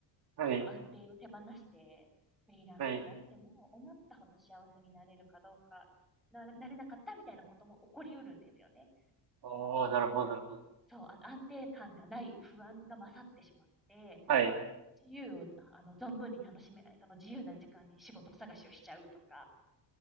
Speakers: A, on the right; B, in the centre.
A: はい。
B: あの、安定を手放して、フリーランスになっても、
A: はい。
B: 思ったほど幸せになれるかどうか、な、なれなかったみたいなことも起こりうるんですよね。
A: ああ、
B: その、
A: なるほど、なるほど。
B: そう、あの、安定感がない不安が勝ってしまって、
A: はい。
B: 自由を、あの、存分に楽しめない、その自由な時間に仕事探しをしちゃうとか、